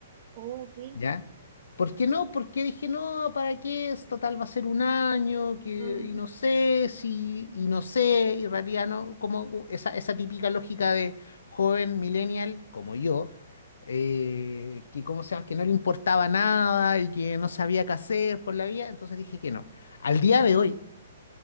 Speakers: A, on the right; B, on the left.
A: Oh, ok.
B: ¿Ya? ¿Por qué no? Porque dije, no, ¿para qué? Es total, va a ser un año, que,
A: Mm,
B: y no sé, si, y no sé, y en realidad no, como esa, esa típica lógica de joven millennial como yo, eh, que, ¿cómo se llama? que no le importaba nada y que no sabía qué hacer por la vida, entonces dije que no. Al día de hoy,